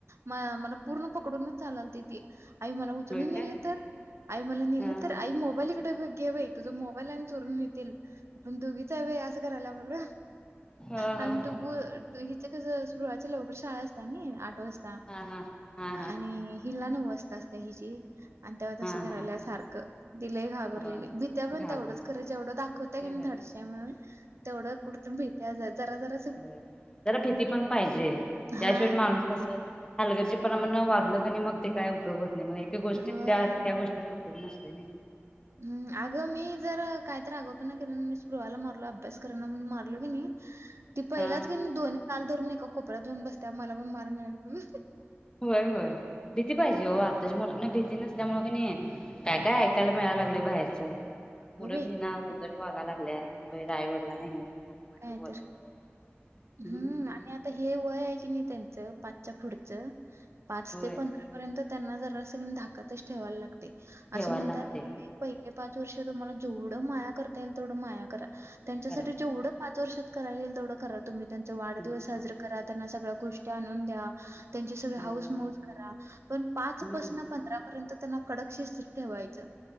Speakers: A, on the right (about 65°); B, on the left (about 20°).
A: मला पूर्ण पकडूनच चाललती ती. आई मला उचलून
B: होय
A: नेले
B: काय
A: तर आई मला ने
B: हा
A: तर
B: हा
A: आई मोबाईलकडे घे मोबाईल चरून येतील आपण दुघीच आहे व असं करायला बोल
B: हा
A: आणि
B: हा
A: तु हिचे कसं ळाच्या लवकर शाळा असतात आठ वाजता
B: हा हा हा
A: आणि हिला न असत, असत हिची आणि तेव्हा
B: हा
A: तस घराला
B: हा
A: अस- सारखं दिले घाबरलेली
B: हा
A: भीित्या पण
B: घाबर
A: तेवढंच खरं जेवढं दाखवत की
B: हा
A: मी धडश्या म्हणून तेवढं कुठून भेट जरा जरा
B: हो जरा भीती पण पाहिजे त्याशिवाय
A: हां.
B: माणूस तसं हलगरचेपणा म्ह वागलं क मग ते काय उपयोग होत नाही मग एका गोष्टीत
A: होय.
B: त्या त्या गोष्टीचा दुग नसतय
A: हम्म अगं मी जर कायत अगो मी स्पृहाला मारलो अभ्यास करा मारलो क नाही ती पहिलाच
B: हा
A: क्व् काल रून एका कोपऱ्यातऊन बसते मला पण मारग मिळेल
B: होय होय भीती पाहिजे हो आत्ताच्या मुलांना भीती नसते. मुळे काय काय ऐकायला मिळायला लागलं बाहेरच मुलं
A: अगं बाई!
B: भिना हो बघा लागल्या बई रायवडला नाहीे उलट
A: काय
B: बोलायचं
A: तर.
B: हम्म
A: हं. आणि आता हे वय आहे की नाही त्यांच पाचच्या पुढचं पाच
B: होय
A: ते पंधरा त्यांना जरा स धाकातच ठेवायला लागते
B: ठेवायला
A: असं म्हणतात.
B: लागते
A: पहिले पाच वर्ष तुम्हाला जेवढं माया करता येईल तेवढं माया करा त्यांच्यासाठी
B: करा
A: जेवढं पाच वर्षात कराला येईल तेवढं करा तुम्ही त्यांचा वाढदिवस
B: हो
A: साजरा करा त्यांना सगळ्या गोष्टी आणून द्या. त्यांचे सगळे
B: हो
A: हाऊस
B: हो
A: मोज करा पण पाच
B: हम्म
A: पसन पण पंधरापर्यंत त्यांना कडकशी ठेवायचं